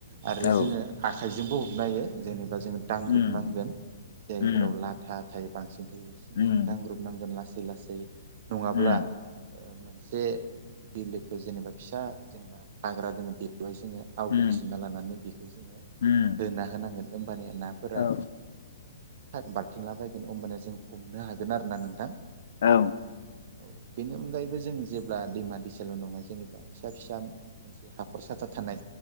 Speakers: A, on the right; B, on the left.
A: आरो
B: औ
A: जोङो आखा इजोंबो हमनो हायो जेनेबा ओ जोङो दांग्रुब
B: उम
A: नांगोन जायफोराव
B: उम
A: लाथा थायो बांसिन थायो सिं
B: उम
A: सिं दांग्रुब नांगोन लासै लासै नङाब्ला
B: उम
A: ओ मोनसे बिलोखौ जेनेबा फिसा जेनेबा हाग्रा दोङो बेबो जोङो आवग्रिजोबना
B: उम
A: लानानै बेखौ जोङो
B: उम
A: होना होनांगोन होमबानो नाफोरा
B: औ
A: खार बारथिंलाबायगोन अमबानो जों हमनो हागोन आरो ना नोंथां
B: औ
A: औ बेनि अनगायैबो जों जेब्ला दैमा दैसाल नङा जेनेबा फिसा फिसा मोनसे हाखर साथा थानाय